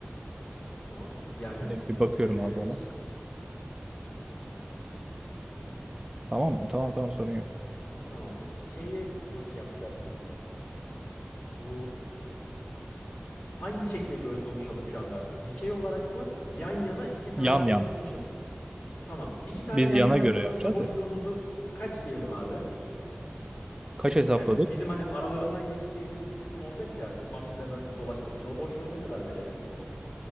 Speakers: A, on the left; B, on the right.
A: Tamam yani
B: Bir bir bakıyorum
A: eee,
B: abi ona.
A: ş-
B: Tamam tamam tamam sorun yok.
A: tamamdır. Şeyi nasıl yapacağız? Bu Hangi şekle göre konuşalım şu anda? Dikey olarak mı? Yan yana iki tanesini
B: Yan yan.
A: dikmişiz. Tamam. İki tane
B: Biz
A: yan
B: yana
A: yananın
B: göre
A: arasına
B: yapacağız
A: boşluğumuzu
B: ya.
A: kaç diyelim abi?
B: Kaç hesapladık?
A: Yani bizim hani aralarından geçeceğimiz bir kısım olacak ya mahsullerin arasında dolaşmak için. O boşluğu ne kadar verelim?